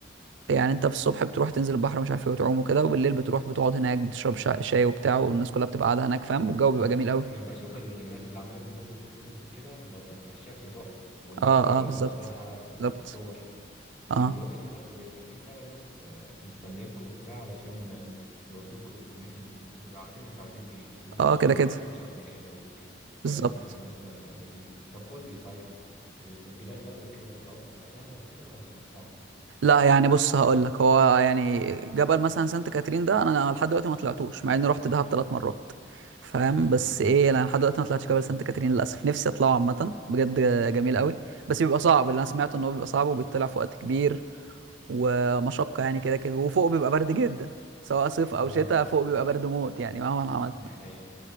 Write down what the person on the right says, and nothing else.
يعني انت في الصبح بتروح تنزل البحر مش عارف ايه وتعوم وكده وبالليل بتروح بتقعد هناك بتشرب شا- شاي وبتاع والناس كلها بتبقى قاعده هناك فاهم والجو بيبقى جميل قوي
اه اه بالظبط
بالظبط
اه
اه كده
كده
بالظبط
لا يعني بص هقول لك هو يعني جبل مثلا سانت كاترين ده انا لحد دلوقتي ما طلعتوش مع اني رحت دهب ثلاث مرات فاهم
بس ايه انا لحد دلوقتي ما طلعتش جبل سانت كاترين للاسف نفسي اطلعه عامه بجد جميل قوي بس بيبقى صعب اللي انا سمعته ان هو بيبقى صعب وبيطلع في وقت كبير ومشقه يعني كده كده وفوق بيبقى برد جدا سواء صيف او
شتاء فوق بيبقى برد موت يعني مهما عملت